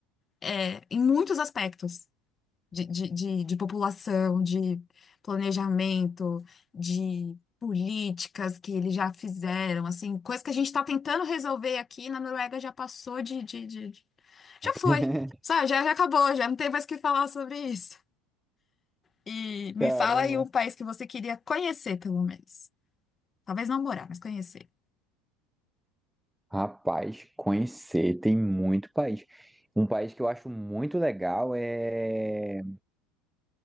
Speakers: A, on the left (about 30°); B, in the centre.
A: é, em muitos aspectos, de, de, de, de população, de planejamento, de políticas que eles já fizeram, assim, coisa que a gente está tentando resolver aqui na Noruega já passou de, de, de- de- já foi,
B: <laughs>
A: sabe, já, já acabou, já não tem mais o que falar sobre isso. E me
B: Caramba.
A: fala aí um país que você queria conhecer, pelo menos. Talvez não morar, mas conhecer.
B: Rapaz, conhecer tem muito país. Um país que eu acho muito legal é.